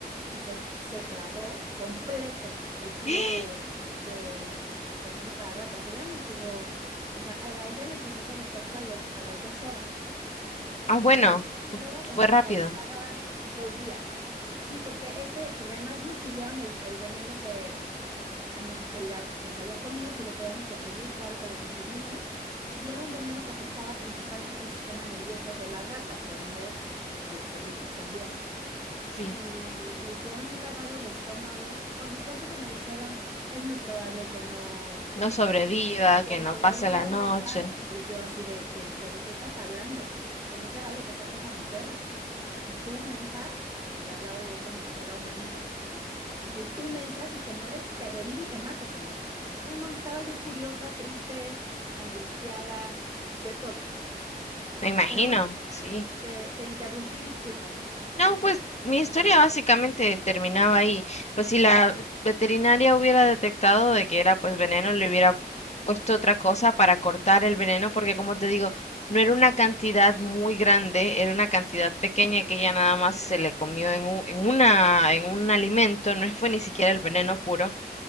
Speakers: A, on the right; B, on the left.
A: y se, se tragó completo el kilo
B: <gasps>
A: de, de veneno para ratas. Ella no estuvo, o sea, a a ella le empezó a hacer efecto a, los, a las dos horas
B: Ah, bueno,
A: y estuvo hospitalizada
B: fue rápido.
A: dos días. Sí, porque este, porque además nos pidieron el, el veneno que, que, nos, que, le- que se había comido, si lo podíamos conseguir, claro que lo conseguimos. Y era un veneno que afectaba principalmente el sistema nervioso de las ratas, por ende de los perritos también.
B: Sí.
A: Y le hicieron un lavado de estómago. Por supuesto que me dijeron, es muy probable que no,
B: No sobreviva,
A: que, que
B: que
A: no
B: no
A: lo
B: pase
A: logre,
B: la noche.
A: exacto. Y yo así de que, pero ¿de qué estás hablando? O sea, más te vale que saques a mi perra. Y tú, mensa, pero le hablaba yo como si fuera humanita. Y yo, y tú, mensa, si te mueres, te revivo y te mato, pendeja. No, no, estaba yo furiosa, triste, angustiada, de todo.
B: Me imagino,
A: Pero bueno,
B: sí.
A: te, te interrumpí, discúlpame.
B: No, pues mi historia básicamente terminaba ahí. Pues si la veterinaria hubiera detectado de que era pues veneno, le hubiera puesto otra cosa para cortar el veneno, porque como te digo, no era una cantidad muy grande, era una cantidad pequeña que ella nada más se le comió en un, en una, en un alimento, no fue ni siquiera el veneno puro,